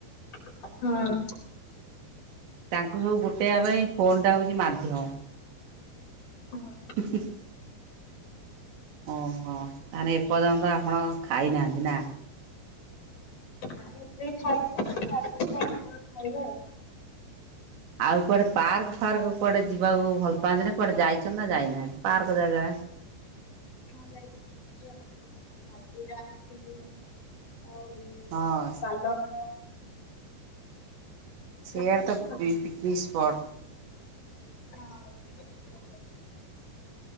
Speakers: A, on the left (about 45°); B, on the right (about 75°).
A: ହଁ।
B: ତାଙ୍କୁ ସବୁ ଗୋଟେଇବା ପାଇଁ ଫୋନ୍ ଟା ହୋଉଛି ମାଧ୍ୟମ।
A: ହଁ।
B: <inaudible> ଓହୋ ତାହେଲେ ଏପର୍ଯ୍ୟନ୍ତ ଆପଣ ଖାଇନାହାନ୍ତି ନା?
A: ନାଇଁ ଏବେ ଖାଇନୁ ସାର୍ ଦଶଟା ଏଗାରଟା ବେଳକୁ ଖାଇବା ଆଉ।
B: ଆଉ କୁଆଡେ ପାର୍କ ଫାର୍କ କୁଆଡେ ଯିବାକୁ ଭଲ ପାଆନ୍ତି ନା କୁଆଡେ ଯାଇଚନି ନା ଯାଇନାହାନ୍ତି ପାର୍କ ଜାଗା।
A: ହଁ ଯାଇଛି <unintelligible> ଭାଗି ଯାଇ ଥିଲୁଆଉ
B: ହଁ
A: ପାଲଭଡା
B: ସେୟର
A: ଯାଇଛି
B: ଦ
A: ଆଉ।
B: Picnic spot.
A: ହଁ।